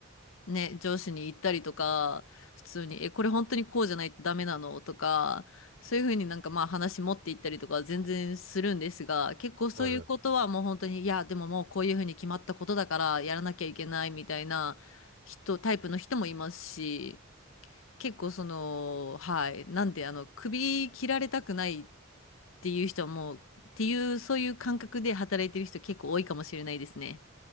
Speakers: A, on the left; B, on the right.
A: ね、上司に言ったりとか、普通に、え、これ本当にこうじゃないとダメなのとか、そういうふうになんかまあ話持っていったりとかは全然するんですが、結構そういうことはもう本当に、
B: はいはい。
A: いや、でももうこういうふうに決まったことだからやらなきゃいけないみたいな人、タイプの人もいますし、結構その、はい。なんで、あの、首切られたくないっていう人はもう、っていう、そういう感覚で働いてる人結構多いかもしれないですね。